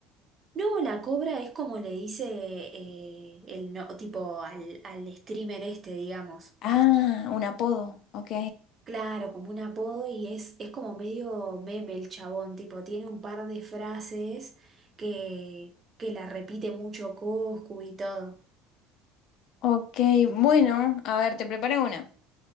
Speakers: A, on the right; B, on the left.
A: No, La Cobra es como le dice eh, el no, tipo al, al streamer este, digamos.
B: Ah, un apodo. Ok.
A: Claro, como un apodo y es, es como medio meme el chabón, tipo, tiene un par de frases que, que la repite mucho Coscu y todo.
B: Ok, bueno, a ver, te preparé una.